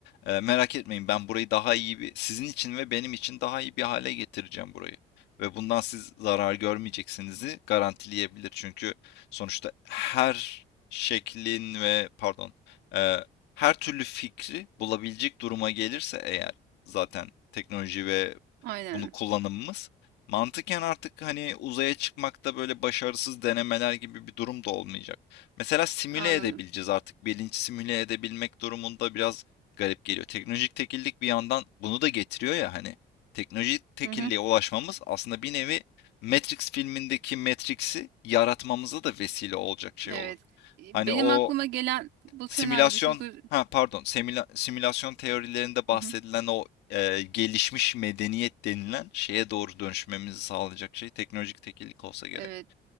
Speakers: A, on the left; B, on the right.
A: Eee, merak etmeyin ben burayı daha iyi bir, sizin için ve benim için daha iyi bir hale getireceğim burayı. Ve bundan siz zarar görmeyeceksinizi garantileyebilir. Çünkü sonuçta her şeklin ve pardon eee, her türlü fikri bulabilecek duruma gelirse eğer zaten teknoloji ve
B: Aynen.
A: bunu kullanımımız. Mantıken artık hani uzaya çıkmakta böyle başarısız denemeler gibi bir durum da olmayacak. Mesela simüle
B: Anladım.
A: edebileceğiz artık. Bilinç simüle edebilmek durumunda biraz garip geliyor. Teknolojik tekillik bir yandan bunu da getiriyor ya hani. Teknolojik tekilliğe
B: Hı hı.
A: ulaşmamız aslında bir nevi Matrix filmindeki Matrix'i yaratmamıza da vesile olacak şey
B: Evet.
A: olur.
B: E,
A: Hani
B: Benim
A: o
B: aklıma gelen bu
A: Simülasyon,
B: senaryoda çok öz-
A: ha pardon, semila- simülasyon teorilerinde bahsedilen
B: Hı hı.
A: o e, gelişmiş medeniyet denilen şeye doğru dönüşmemizi sağlayacak şey teknolojik tekillik olsa gerek.
B: Evet.